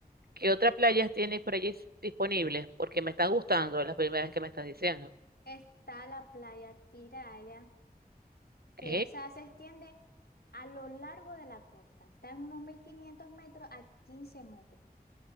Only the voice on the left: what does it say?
Está la playa Tiraya, que
esa se extiende a lo largo de la costa. Está en unos 1500 metros a 15 metros.